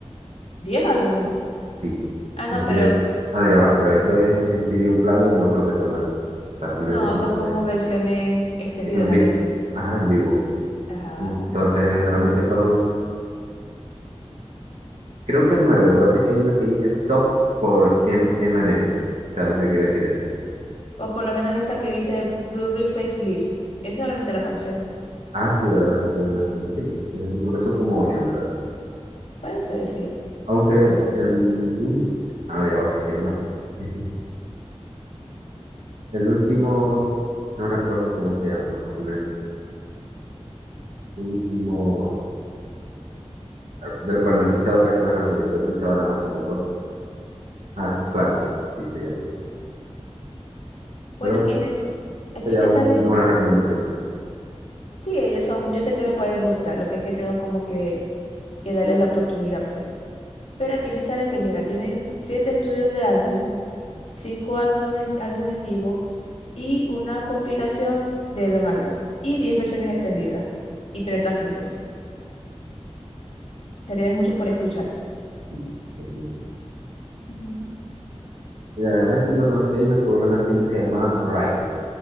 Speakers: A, on the left; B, on the right.
A: ¿Diez álbumes?
B: Sí,
A: Ah, no,
B: no sé.
A: pero
B: de- Ah, no, ya va, pero esto es en TV un player, no creo que son álbumes. Fácilmente
A: no,
B: es como
A: son como
B: que
A: versiones extendidas,
B: en,
A: algo
B: vi-
A: así.
B: Ajá, en vivo.
A: Ajá.
B: Entonces realmente fueron, creo que nueve. Lo que hace es que hay uno que dice top por M- Eminem. O sea, no sé qué quiere decir eso
A: O por lo menos esta que dice Blu-ray Facelift. Es solamente la canción.
B: Ah, sí, ¿verdad? Sí, tiene una canción, sí. Entonces, yo creo que son como ocho, en verdad.
A: Pueden ser, sí.
B: Aunque el ul- Ah, no, ya va, es que hay más. <laughs> El último, no recuerdo cómo se llama. Vamos a poner último, claro, del cual no he escuchado casi todas las canciones, pero he escuchado nada más como dos. Ah, es Clancy, sí sí, se llama, sí.
A: Bueno,
B: Pero
A: aquí
B: sí,
A: me, aquí
B: sería
A: me
B: un-
A: sale.
B: una buena recomendación.
A: Sí, ellos son, yo sé que me pueden gustar, lo que es que tengo como que, que darles la oportunidad, pues. Pero aquí me sale que, mira, tienen siete estudios de álbum, cinco álbumes en, álbum en vivo y una compilación de un álbum y diez versiones extendidas y 30 singles. O sea, tienes mucho por escuchar.
B: Sí, sí, sí, sí.
A: Ujú.
B: La verdad es que yo conocí a ellos por una canción que se llama Right,